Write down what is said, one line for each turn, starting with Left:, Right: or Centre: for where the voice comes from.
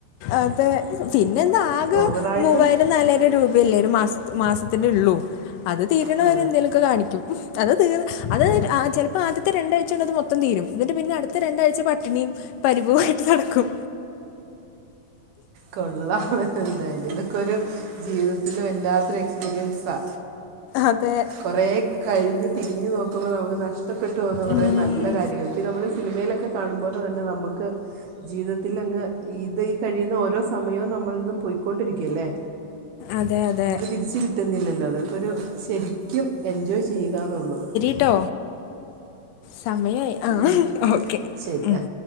Left: അതെ പിന്നെന്താ ആകെ
Right: ഓവറായിട്ട്
Left: മൂവായിരം നാലായിരം രൂപയല്ലേ ഒരു മാസ മാസത്തിന് ഉള്ളു അത് തീരണവരെ
Right: ആ
Left: എന്തെലൊക്കെ കാണിക്കും അത് തീ അത്
Right: ആ
Left: ചെല പ്പൊ ആദ്യത്തെ രണ്ടാഴ്ച്ച കൊണ്ട് അത് മൊത്തം തീരും ഇന്നട്ട് പിന്നെ അടുത്ത രണ്ടാഴ്ച പട്ടിണിയും പരിഭവായിട്ട് നടക്കും
Right: കൊള്ളാം എന്തായാലും ഇതൊക്കെ ഒരു ജീവിതത്തിൽ വല്ലാത്തൊരു എക്സ്പീരിയൻസാ
Left: അതെ
Right: കൊറേ കഴിഞ്ഞ് തിരിഞ്ഞ് നോക്കുമ്പോ നമുക്ക് നഷ്ടപ്പെട്ടു പോകുന്ന കൊറേ
Left: ഉം,
Right: നല്ല കാര്യങ്ങൾ ഇപ്പൊ നമ്മള് സിനിമയിലൊക്കെ കാണുമ്പോലെ തന്നെ നമുക്ക് ജീവിത ഇത് ഈ കഴിയുന്ന ഓരോ സമയവും നമ്മള് നിന്നും പോയ്ക്കൊണ്ടിരിക്കല്ലേ
Left: അതെ അതെ
Right: നമുക്ക് തിരിച്ച് കിട്ടുന്നില്ലല്ലോ അതൊക്കെരു ശരിക്കും എൻജോയ് ചെയ്യുകന്നുള്ളു.
Left: ട്ടോ സമയായി ആഹ്
Right: വിളിക്ക്
Left: ഓക്കെ
Right: ശരി
Left: ഉം.
Right: ആ